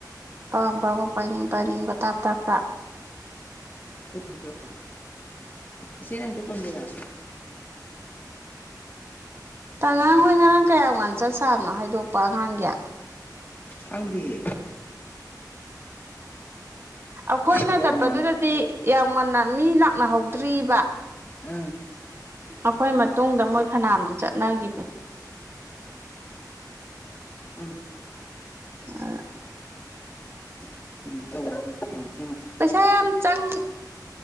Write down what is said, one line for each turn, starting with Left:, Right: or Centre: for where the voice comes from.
Right: ꯑꯄꯥꯝ ꯄꯥꯝꯕ ꯄꯥꯏꯅꯤꯡ ꯄꯥꯏꯅꯤꯡꯕ ꯇꯥꯞ ꯇꯥꯞ
Left: ꯀꯨꯟꯒꯤ ꯄꯤꯔꯛꯄ ꯏꯆꯦ ꯅꯪꯒꯤꯁꯦ ꯀꯨꯟꯒꯤꯔꯣ
Right: ꯑꯉꯥꯡ ꯍꯣꯏ ꯉꯔꯥꯡ ꯀꯌꯥꯝ ꯉꯥꯟꯅ ꯆꯠꯁꯅꯣ ꯍꯥꯏꯗꯣꯛꯄ ꯑꯉꯥꯡꯒꯤ
Left: ꯈꯪꯗꯤꯌꯦ
Right: ꯑꯩꯈꯣꯏꯅ
Left: ꯀꯌꯥꯝ
Right: ꯆꯠꯄꯗꯨꯗꯗꯤ
Left: ꯉꯟꯅ
Right: ꯌꯥꯝ ꯉꯟꯅ ꯃꯤ ꯂꯥꯛꯅꯍꯧꯏ ꯇꯔꯕꯥ
Left: ꯎꯝ
Right: ꯑꯩꯈꯣꯏ ꯃꯇꯨꯡꯗ ꯃꯣꯏ ꯐꯅꯥꯝꯗꯤ ꯆꯠꯅꯈꯤꯕꯅꯦ
Left: ꯑꯪ
Right: ꯑ
Left: <inaudible>
Right: ꯄꯩꯁꯥ ꯌꯥꯝ ꯆꯪ